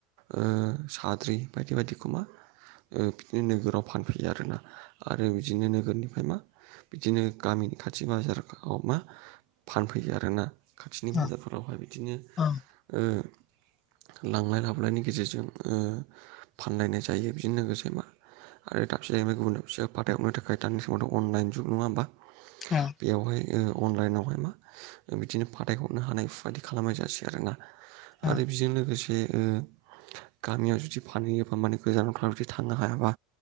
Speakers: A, on the right; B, on the left.
A: ओ- साद्रि बायदि बायदि खोमा बिदिनो नोगोराव फानफैयो आरोना आरो बिदिनो नोगोरनिफ्राय मा बिदिनो गामि नि खाथि बाजाराव मा फानफैयो आरोना खाथिनि बाजारफोरावहाय
B: ओं
A: बिदिनो
B: ओं
A: ओ- लांलाय लाबोलायनि गेजेरजों ओ- फानलायनाय जायो बिजों लोगोसे मा आरो दाबसे जाहैबाय गुबुनाब फिसा फाथायहरनो थाखायानि समावथ' अनइन जुग नङा होमबा
B: ओं
A: बेयावहाय अनलाइनावहाय मा बिदिनो फाथायहरनो हानाय बेफोरबायदि खालामनाय जासै आरोना
B: ओं
A: आरो बेजों लोगोसे ओ- गामियाव जुदि फानहयो एबा माने गोजानावफ्रा जुदि थांनो हायाबा